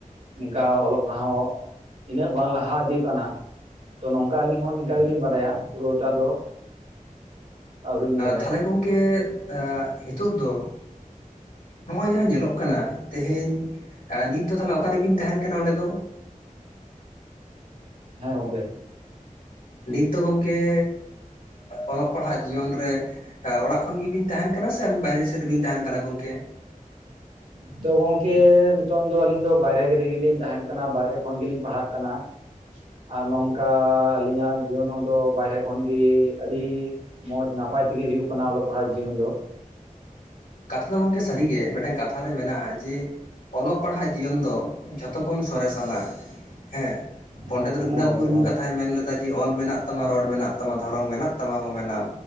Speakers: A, on the right; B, on the left.
A: ᱤᱱᱠᱟᱹ ᱚᱞᱚᱜ ᱯᱟᱲᱦᱟᱣ ᱤᱱᱟᱹᱜ ᱵᱟᱝ ᱞᱟᱦᱟ ᱤᱫᱤ ᱟᱠᱟᱱᱟ ᱛᱚ ᱱᱚᱝᱠᱟ ᱟᱹᱞᱤᱧ ᱦᱚᱸ ᱱᱚᱝᱠᱟ ᱜᱮᱞᱤᱧ ᱵᱟᱰᱟᱭᱟ ᱯᱩᱨᱟᱹᱴᱟ ᱫᱚ ᱟᱹᱣᱨᱤ ᱞᱤᱧ ᱵᱟᱰᱟᱭᱟ
B: ᱛᱟᱦᱞᱮ ᱜᱚᱝᱠᱮ ᱱᱤᱛᱚᱜ ᱫᱚ ᱱᱚᱜ ᱚᱭ ᱡᱟᱦᱟᱸ ᱧᱮᱞᱚᱜ ᱠᱟᱱᱟ ᱛᱮᱦᱮᱧ ᱱᱤᱛ ᱫᱚ ᱛᱟᱦᱚᱞᱮ ᱚᱠᱟᱨᱮᱵᱤᱱ ᱛᱟᱦᱮᱱ ᱠᱟᱱᱟ ᱚᱸᱰᱮ ᱫᱚ
A: ᱦᱮᱸ ᱜᱚᱝᱠᱮ
B: ᱱᱤᱛ ᱫᱚ ᱜᱚᱝᱠᱮ ᱚᱞᱚᱜ ᱯᱟᱲᱦᱟᱜ ᱡᱤᱭᱚᱱ ᱨᱮ ᱚᱲᱟᱜ ᱠᱷᱚᱱ ᱜᱮᱵᱤᱱ ᱛᱟᱦᱮᱱ ᱠᱟᱱᱟ ᱥᱮᱵ ᱵᱟᱭᱨᱮ ᱥᱮᱫ ᱵᱟᱨᱦᱮ ᱥᱮ ᱨᱮᱵᱤᱱ ᱛᱟᱦᱮᱱ ᱠᱟᱱᱟ ᱜᱚᱝᱠᱮ
A: ᱛᱚ ᱜᱚᱝᱠᱮ ᱱᱤᱛᱚᱝ ᱫᱚ ᱟᱹᱞᱤᱧ ᱫᱚ ᱵᱟᱭᱨᱮ ᱨᱮᱜᱮᱞᱤᱧ ᱛᱟᱦᱮᱱ ᱠᱟᱱᱟ ᱵᱟᱭᱨᱮ ᱠᱷᱚᱱ ᱜᱮᱞᱤᱧ ᱯᱟᱲᱦᱟᱜ ᱠᱟᱱᱟ ᱟᱨ ᱱᱚᱝᱠᱟ ᱟᱹᱞᱤᱧᱟᱜ ᱡᱤᱭᱚᱱ ᱫᱚ ᱵᱟᱭᱨᱮ ᱠᱷᱚᱱᱜᱮ ᱟᱹᱰᱤ ᱢᱚᱸᱡ ᱱᱟᱯᱟᱭ ᱛᱮᱜᱮ ᱦᱩᱭᱩᱜ ᱠᱟᱱᱟ ᱚᱞᱚᱜ ᱯᱟᱲᱦᱟᱜ ᱡᱤᱭᱚᱱ ᱫᱚ᱾
B: ᱠᱟᱛᱷᱟ ᱫᱚ ᱜᱚᱝᱠᱮ ᱥᱟᱹᱨᱤᱜᱮ ᱢᱤᱫᱴᱟᱝ ᱠᱟᱛᱷᱟ ᱨᱮ ᱢᱮᱱᱟᱜᱼᱟ ᱡᱮ ᱚᱞᱚᱜ ᱯᱟᱲᱦᱟᱜ ᱡᱤᱭᱚᱱ ᱫᱚ ᱡᱷᱚᱛᱚ ᱠᱷᱚᱱ ᱥᱚᱨᱮᱥᱟᱱᱟ ᱦᱮᱸ᱾
A: ᱦᱮᱸ
B: ᱯᱚᱱᱰᱤᱛ ᱨᱚᱜᱷᱩᱱᱟᱛᱷ
A: ᱦᱮᱸ ᱜᱚᱝᱠᱮ
B: ᱢᱩᱨᱢᱩ
A: ᱦᱮᱸ
B: ᱠᱟᱛᱷᱟᱭ ᱢᱮᱱ ᱞᱮ ᱚᱞ ᱢᱮᱱᱟᱜ ᱛᱟᱢᱟ ᱨᱚᱲ ᱢᱮᱱᱟᱜ ᱛᱟᱢᱟ ᱫᱷᱚᱨᱚᱢ ᱢᱮᱱᱟᱜ ᱛᱟᱢᱟ ᱟᱢ ᱦᱚᱸ ᱢᱮᱱᱟᱢ